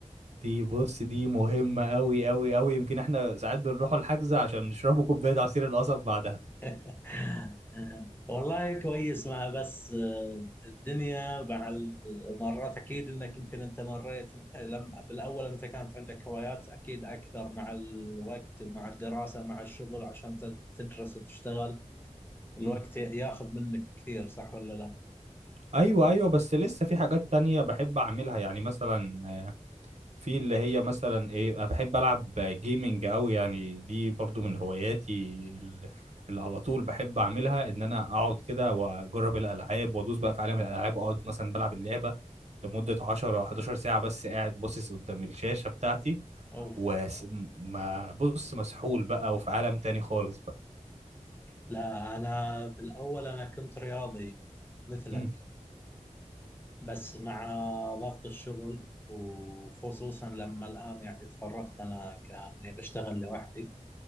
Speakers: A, on the right; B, on the left.
A: دي بص دي مهمة أوي أوي أوي يمكن احنا ساعات بنروحوا الحجز عشان نشربوا كوباية عصير القصب بعدها
B: <laughs> والله كويس مع بس آه، الدنيا مع المرات اكيد انك يمكن انت مريت يمكن لم بالاول انت كانت عندك هوايات اكيد اكثر مع الوقت مع الدراسة مع الشغل عشان ت- تدرس وتشتغل الوقت
A: مم.
B: ياخذ منك كثير صح ولا لا؟
A: أيوة أيوة بس لسه في حاجات تانية بحب أعملها يعني مثلا في اللي هي مثلا ايه انا بحب العب جيمنج قوي يعني دي برضو من هواياتي ال- اللي على طول بحب اعملها ان انا اقعد كده واجرب الالعاب وادوس بقى في عالم الالعاب اقعد مثلا بلعب اللعبه لمده 10 11 ساعه بس قاعد باصص قدام الشاشه بتاعتي
B: اوف
A: وما بص مسحول بقى وفي عالم تاني خالص بقى
B: لا انا بالاول انا كنت رياضي مثلك
A: امم
B: بس مع ضغط الشغل وخصوصا لما الان يعني تفرغت انا كاني بشتغل لوحدي